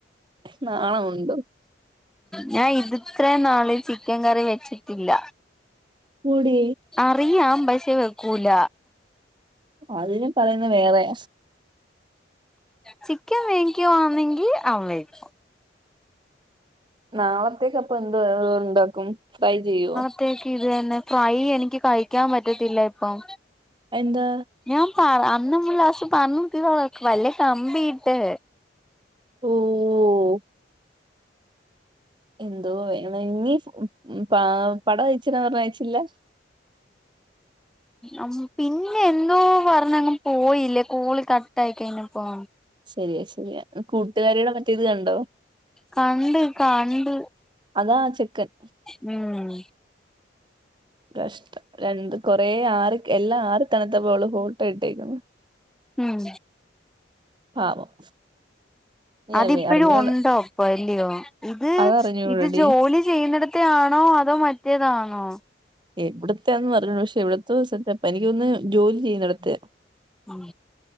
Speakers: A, on the right; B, in the centre.
A: നാണവുണ്ടൊ?
B: ഞാൻ ഇത് ത്രേ നാള് ചിക്കൻ കറി വെച്ചിട്ടില്ല.
A: പുടേ
B: അറിയാം, പക്ഷേ വെക്കൂല.
A: അതിന് പറയുന്ന വേറെ.
B: ചിക്കൻ വേങ്‌ക്കാവാണെങ്കി അമ്മ വെക്
A: നാളത്തേക്കപ്പ എന്തോ ഉണ്ടാക്കും, ഫ്രൈ ചെയ്യൊ?
B: ത്തേക്ക് ഇത് തന്നെ, ഫ്രൈ എനിക്ക് കഴിക്കാൻ പറ്റത്തില്ല ഇപ്പം.
A: എന്താ
B: ഞാൻ പറ അന്ന ങ്ങലാശ്യ പറഞ്ഞിട്ടീതോള പല്ല് കമ്പിട്ട്.
A: ഓഹ് എന്തോ വേണങ്ങി പാ പട വെച്ച് ക കയച്ചില്ല?
B: അം പിന്നെ എന്തോ പറഞ്ഞങ്ങ് പോയില്ലേ, കോള് കട്ടയി കഴിഞ്ഞ പോ.
A: ശരിയാ ശരിയാ, കൂട്ടുകാരിയുടെ മറ്റേത് കണ്ടോ?
B: കണ്ട്. കണ്ട്
A: അതാ ചക്കൻ.
B: ഉം
A: കഷ്ടം, രണ്ട് കൊറെ ആർ എല്ലാം ആറി തണത്തപ്പോ അവള് ഫോട്ടോ ഇട്ടേക്കുന്നു.
B: ഉം.
A: പാവം. ഞാൻ
B: അതിപ്പഴു
A: അറിഞ്ഞൂട
B: ഉണ്ടോ പ്പ ഇല്ലയോ? ഇത്
A: അതറിഞ്ഞൂടടി
B: ഇത് ജോലി. ചെയ്യുന്നിടത്ത ആണോ, അതോ മറ്റേതാണോ?
A: എവിടത്തന്ന് പറഞ്ഞു പക്ഷെ, എവിടത്തെ സപ്പ എനിക്കൊന്ന് ജോലി ചെയ്യുന്ന ഇടത്തെ
B: ഉം.